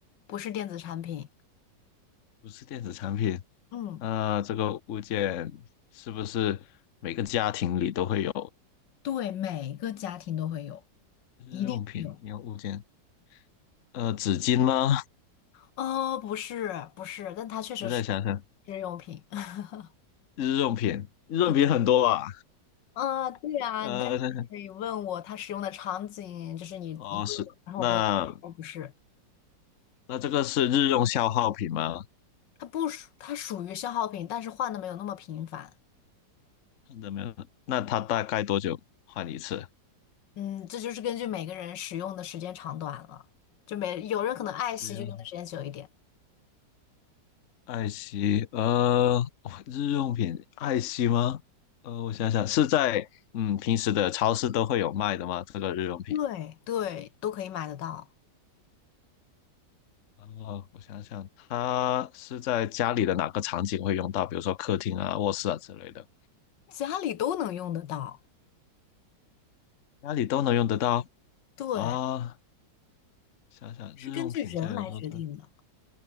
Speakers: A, on the left; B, on the left.
A: 不是电子产品。
B: 不是电子产品，
A: 嗯。
B: 那这个物件是不是每个家庭里都会有
A: 对，每个家庭都会有，
B: 日用品？
A: 一定会有。
B: 你有物件，呃，纸巾吗？
A: 哦，不是不是，但它确实是
B: 我再想想，
A: 日用品。<laughs>
B: 日用品，日用品很多吧？
A: 对，啊，对啊，
B: 呃，
A: 但是你可以问我它使用的场景，就是你一问我然后我回答哦，
B: 哦，是，那
A: 不是，
B: 那这个是日用消耗品吗？
A: 它不属，它属于消耗品，但是换的没有那么频繁。
B: 看到没有？那它大概多久换一次？
A: 嗯，这就是根据每个人使用的时间长短了，就每有人可能爱惜就用的时间久一点。
B: 日用爱惜，呃，哇日用品爱惜吗？呃，我想想，是在嗯平时的超市都会有卖的吗？这个日用品？
A: 对对，都可以买得到，
B: 哦，我想想，它是在家里的哪个场景会用到？比如说客厅啊、卧室啊之类的，
A: 家里都能用得到。
B: 家里都能用得到
A: 对，
B: 啊。想想日用品家里都是
A: 是根据人来决定的。